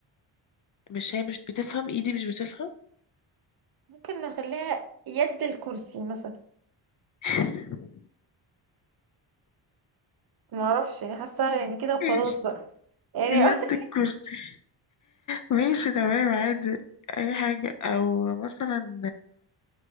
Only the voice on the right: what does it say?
ممكن نخليها يد الكرسي مثلا
ما اعرفش يعني حاسه يعني كده وخلاص
بقى يعني
<laughs>